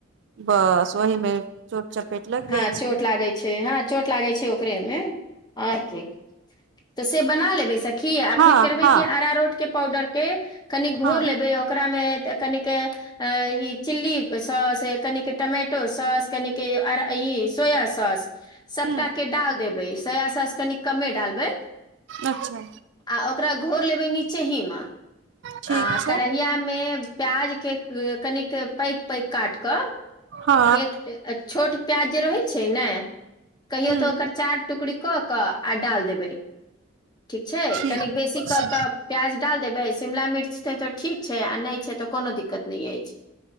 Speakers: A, on the right; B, on the left.
A: बस ओहि। में चोट चपेट लग
B: हँ
A: जाय छैय।
B: चोट लागै छै। हाँ चोट लागै छै। ओकरेमें ओर की। तऽ से बना लेबै सखी आ
A: हँ
B: फिर करबै कि आरारोट। के पाउडर। के कनिक
A: हँ
B: घोर लेबै ओकरामे त त तनिक। अ ई चिल्ली सॉस कनिक टमाटो सॉस कनिके। अरा ई सोया सॉस। सभटा
A: ह
B: के डाल देबै सोया सॉस कनि कमे डालबै।
A: अच्छा।
B: आ ओकरा घोर लेबै। नीचे हीम आ
A: ठीक छै
B: करेहिया। में प्याज। के कनिक। पैग पैग काट कऽ
A: हँ
B: एक छोट प्याज। जे रहै छै। ने कहियो
A: ह
B: तऽ ओकर चार। टुकड़ी। कऽ के अ डाल देबै। ठीक छैय।
A: ठीक
B: कनीक बेसी क
A: छै
B: क प्याज डाल देबे शिमला मिर्च ते तो ठीक छै। आ ने छै। तऽ कोनो दिक्कत नेय ऐछ